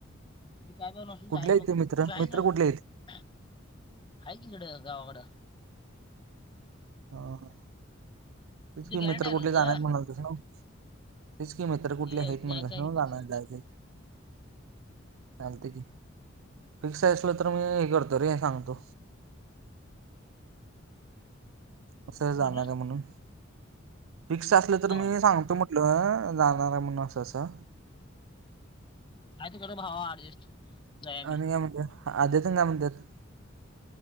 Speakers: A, on the left (about 25°); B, on the right (about 80°).
A: काय ब नसून
B: कुठले
A: जायचं
B: आहेत
A: बघ
B: ते
A: <unintelligible>
B: मित्र
A: न
B: मित्र कुठले आहेत?
A: आहेय की इकडं गावाकडं.
B: हं.. तेच
A: उद्या
B: कि
A: गॅरंटी
B: मित्र
A: आहे
B: कुठले
A: ना तुझं
B: जाणार आहेत, म्हणाल तस नवं. तेच कि मित्र कुठले
A: ये
B: आहेत
A: उद्या
B: म्हणला.
A: जायचं आहे
B: हं
A: की
B: जाणार
A: फिक्स
B: जायचे. चालते की फिक्स असल तर, मी हे करतो रे सांगतो. असे जाणार
A: म्हटलं
B: आहे म्हणून फिक्स असलं तर
A: होय
B: मी सांगतो म नाही जाणार आहे म्हणून असं असं.
A: नाहीतर करो भावा ऍडजस्ट. जाय आम्ही
B: आणि काय म्हणते? आद्या तेन काय म्हणत्यात.